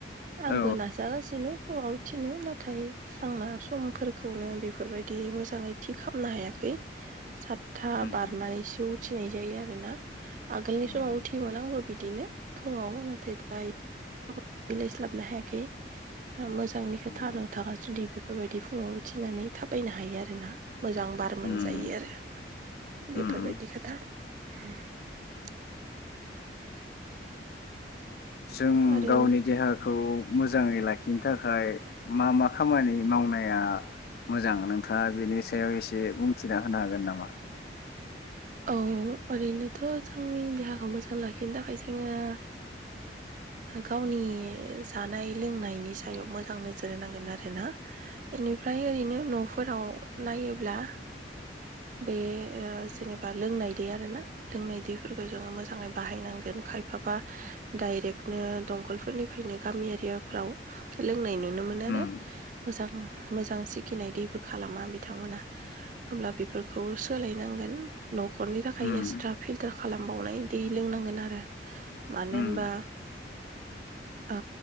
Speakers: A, on the right; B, on the left.
A: आंबो
B: औ
A: नाजागासिनो फुङाव उथिनो नाथाय आंना समफोर खौनो बेफोरबायदि मोजाङै थि खालामनो हायाखै सातथा
B: उम
A: बारनानैसो उथिनाय जायो आरोना आगोलनि
B: उम
A: समाव' उथियोमोन आंबो बिदिनो फुङाव नाथाय दायो देलाय स्लाबनो हायाखै मोजांनि खोथा
B: उम
A: नोंथाङा जुदि बेफोरबायदि फुङाव उथिनानै थाबायनो हायो आरो ना मोजां बार
B: उम
A: मोनजायो आरो
B: उम
A: बेफोरबायदि
B: उम
A: खोथा <inaudible>
B: जों
A: आरो
B: गावनि देहाखौ मोजाङै लाखि लाखिनो थाखाय मा मा खामानि मावनाया मोजां नोंथाङा बेनि सायाव एसे बुंथिना होनो हागोन नामा
A: औ ओरैनोथ' जोंनि देहाखौ मोजां लाखिनो थाखाय जोङो गावनि जानाय लोंनायनि सायाव मोजां नोजोर होनांगोन आरोना बेनिफ्राय ओरैनो न'फोराव नायोब्ला बे ओ जेनेबा लोंनाय दै आरोना लोंनाय दैफोरखौ जोङो मोजाङै बाहायनांगोन खायफाबा डाइरेक्टनो दंखलफोरनिफ्रायनो गामि एरियाफ्राव लोंनाय नुनो मोन
B: उम
A: आरो मोजां मोजां सिखिनाय दैबो खालामा बिथांमोना होमब्ला बेफोरखौ सोलायनांगोन न'खरनि थाखाय
B: उम
A: एक्सट्रा फिल्टार खालामबावनाय दै लोंनांगोन आरो मानो
B: उम
A: होनबा अ